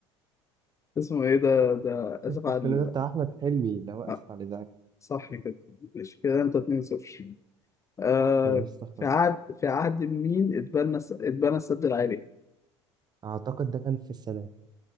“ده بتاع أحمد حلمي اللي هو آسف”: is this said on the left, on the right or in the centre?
Right